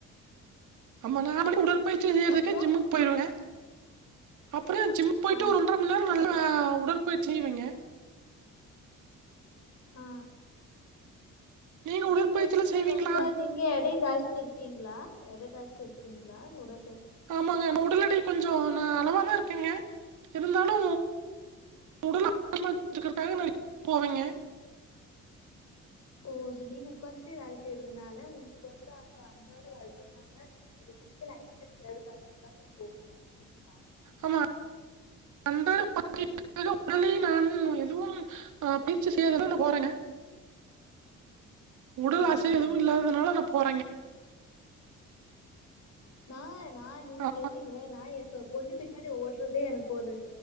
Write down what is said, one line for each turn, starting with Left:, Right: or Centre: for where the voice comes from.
Right: ஆமா நா வந்து உடற்பயிற்சி செய்யறதுக்கு
Left: அப்புறோ
Right: ஜிம்முக்கு போயிருவேன்ங்க அப்றோ ஜிம் போயிட்டு
Left: ஆ
Right: ஒரு ஒன்றரை மண் நேரோ நல்லா உடற்பயிற்சி செய்வங்க
Left: ஆ
Right: நீங்க
Left: உடல்
Right: உடற்பயிற்சிலாம்
Left: பயிற்சினா
Right: செய்வீங்களா?
Left: ரொம்ப நீங்க எடை ஜாஸ்தி இருக்கீங்ளா எடை ஜாஸ்தி இருக்கீங்ளா உடல்
Right: ஆமாங்க நம்ம உடல் எடை கொஞ்சோ நா அளவாதா இருக்கேங்க இருந்தாலு உடல் ஆரோக்கியமா வெச்சிக்கிறக்காக நா ஜிம்முக்கு போவேங்க
Left: ஓ செரி நீங்க உக்காந்துட்டே வேலை செய்யறதுனால உங்களுக்கு வந்து அந்த அன்றாட வாழ்க்கைக்கான ஒரு பிசிக்கல் ஆக்டிவிட்டீஸ் இல்லாத காரணத்துனால நீங்க போறீங்க சரிங்ளா
Right: ஆமா <inaudible> அலயே நான் எதுவு ஆ பயிற்சி செய்யதா போறங்க உடல்
Left: சரி
Right: அசை
Left: சரிங்க
Right: எதுவு இல்லாதனால நா போறங்க
Left: நா நா நீங்க
Right: ஆ
Left: கேட்டீங்கிளே நா எப்ப பொண்ணு பின்னாடி ஓடறதே எனக்கு ஒரு